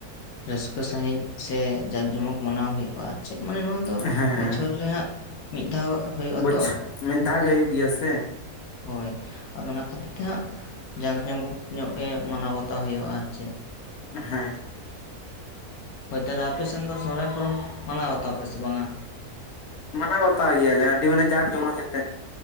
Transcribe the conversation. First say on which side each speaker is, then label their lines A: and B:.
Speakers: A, on the left (about 80°); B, on the left (about 55°).
A: ᱨᱟᱹᱥᱠᱟᱹ ᱥᱟᱹᱦᱤᱡ ᱥᱮ ᱡᱟᱠ ᱡᱚᱢᱚᱠ ᱢᱟᱱᱟᱣ ᱦᱩᱭᱩᱜᱼᱟ ᱟᱨ ᱪᱮᱫ ᱢᱟᱱᱮ ᱱᱚᱣᱟ ᱫᱚ
B: ᱦᱮᱸ
A: ᱵᱚᱪᱷᱚᱨ ᱨᱮ ᱦᱟᱸᱜ ᱢᱤᱫ ᱫᱷᱟᱣ ᱦᱳᱭᱩᱜ-ᱟ
B: ᱵᱚᱪ
A: ᱛᱚ
B: ᱢᱤᱫ ᱫᱷᱟᱣ ᱜᱮ ᱦᱩᱭᱩᱜ
A: ᱾
B: ᱜᱮᱭᱟ ᱥᱮ
A: ᱦᱳᱭ ᱟᱫᱚ ᱚᱱᱟ ᱠᱷᱟᱹᱛᱤ ᱛᱮᱦᱟᱸᱜ ᱡᱟᱸᱠ ᱡᱚᱢᱚᱠ ᱧᱚᱜ ᱜᱮ ᱢᱟᱱᱟᱣ ᱵᱟᱛᱟᱣ ᱦᱩᱭᱩᱜᱼᱟ ᱟᱨ ᱪᱮᱫ ᱾
B: ᱦᱮᱸ ᱾
A: ᱦᱳᱭ ᱛᱟᱦᱚᱞᱮ ᱟᱯᱮ ᱥᱮᱱ ᱫᱚ ᱥᱚᱨᱟᱭ ᱯᱚᱨᱚᱵᱽ ᱢᱟᱱᱟᱣ ᱵᱟᱛᱟᱣ ᱟᱯᱮ ᱥᱮ ᱵᱟᱝᱟ?
B: ᱢᱟᱱᱟᱣ ᱵᱟᱛᱟᱣ ᱜᱮᱭᱟᱞᱮ ᱟᱹᱰᱤ ᱢᱟᱱᱮ ᱡᱟᱸᱠ ᱡᱚᱢᱚ ᱡᱮᱛᱮᱜ